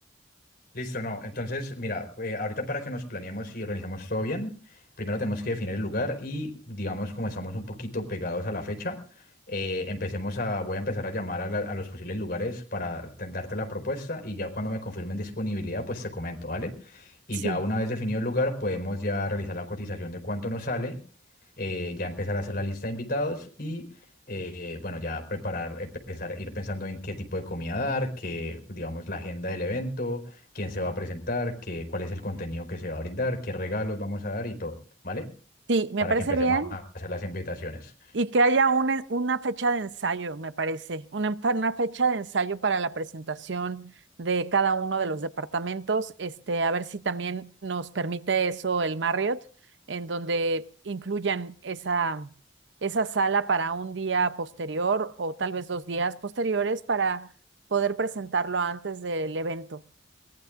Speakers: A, on the left; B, on the right.
A: Listo, no. Entonces, mira, eh, ahorita para que nos planeemos y organizamos todo bien, primero tenemos que definir el lugar y, digamos, como estamos un poquito pegados a la fecha, eh, empecemos a, voy a empezar a llamar a, la- a los posibles lugares para te- darte la propuesta y ya cuando me confirmen disponibilidad, pues te comento, ¿vale? Y
B: Sí.
A: ya una vez definido el lugar, podemos ya realizar la cotización de cuánto nos sale eh, ya empezar a hacer la lista de invitados y, eh, bueno, ya preparar, empezar, ir pensando en qué tipo de comida dar, qué, digamos, la agenda del evento, quién se va a presentar, qué, cuál es el contenido que se va a brindar, qué regalos vamos a dar y todo, ¿vale?
B: Sí, me
A: Para
B: parece
A: que empecemos
B: bien
A: a hacer las invitaciones.
B: y que haya una, una fecha de ensayo, me parece, una, una fecha de ensayo para la presentación de cada uno de los departamentos, este, a ver si también nos permite eso el Marriott, en donde incluyan esa, esa sala para un día posterior o tal vez dos días posteriores para poder presentarlo antes del evento.